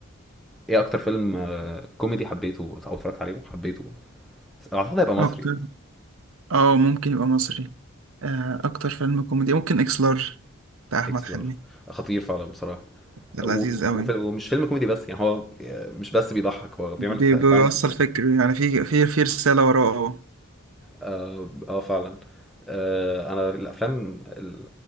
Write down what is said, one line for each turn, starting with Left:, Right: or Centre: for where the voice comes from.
Centre: ايه اكتر فيلم آه، كوميدي حبيته او اتفرجت عليه وحبيته اعتقد هيبقى مصري
Right: اكتر اه ممكن يبقى مصري آه، اكتر فيلم كوميدي ممكن اكس لارج بتاع احمد
Centre: اكس
Right: حلمي
Centre: لارج خطير فعلا بصراحة
Right: ده
Centre: و-
Right: لذيذ قوي
Centre: وفي- ومش فيلم كوميدي بس يعني هو آه، مش بس بيضحك هو بيعمل
Right: بي-
Centre: ف- فعلا
Right: بيوصل
Centre: في كل حاجة
Right: فكر يعني في في في رساله وراه
Centre: اه آه، فعلا آه، انا الافلام ال-